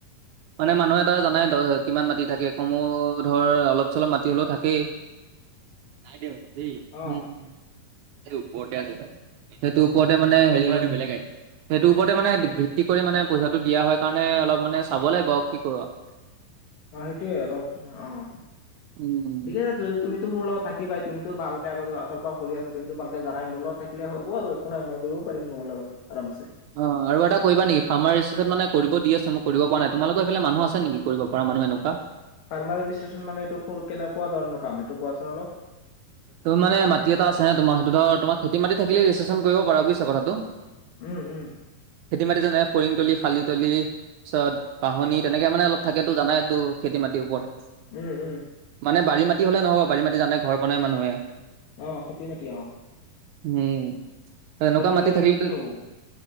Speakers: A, on the right (about 80°); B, on the left (about 70°).
A: মানে মানুহে এটা জনাই দ কিমান মাটি থাকে কমোও ধৰ অলপ -চলপ মাটি হ'লেও থাকেই। নাই দিয়ক দেই
B: অ
A: উম, এই উপৰতে আছে পাই। সেইটো ওপৰতে মানে হেৰি হোৱাটো বেলেগ আই সেইটো ওপৰতে মানে ভিত্তি কৰি মানে পইচাটো দিয়া হয় কাৰণে অলপ মানে চাব লাগিব আও কি কৰো আও।
B: অ, সেইটোয়ে অলপ অহ,
A: উম।
B: ঠিকে <unintelligible> তুমিতো মোৰ লগত থাকিবাই তুমিটো ভালকে আগত আগৰ পৰা কৰি আছা তুমিতো ভালকে জানাই মোৰ লগত থাকিলে হ'ব আৰু একো নাই মই কৰিব পাৰিম তোমাৰ লগত আৰামছে।
A: অ, আৰু এটা কৰিবা নেকি ফাৰ্মাৰ ৰেচিছেচত মানে কৰিব দি আছে মোক কৰিব পৰা নাই তোমালোকৰ এইফালে মানুহ আছে নেকি কৰিব পৰা মানুহ এনেকুৱা?
B: ফাৰ্মা ৰেজিষ্ট্ৰেচন মানে এইটো কৰ কেনেকুৱা ধৰণৰ কাম এইটো কোৱাচোন অলপ?
A: তুম মানে মাটি এটা আছে হে <unintelligible> সেইটো ধৰ তোমাৰ খেতি মতি থাকিলে ৰেজিষ্টেচন কৰিব পাৰা বুইছা কথাটো।
B: উম-উম
A: খেতি মাটি যেনে ফৰিং তলী, শালী তলী পিছত বাহনি তেনেকে মানে অলপ থাকেটো জানাইতো? খেতি-মাটিৰ ওপৰত
B: উম উম
A: মানে বাৰী-মাটি হ'লে নহ'ব বাৰী-মাটি জানাই ঘৰ বনাই মানুহে।
B: অ, খেতি-মাতি অ।
A: হম, তেনেকুৱা
B: সেইটো কৰিলে
A: মাটি
B: পিছত
A: থাকিলেটো
B: কি হব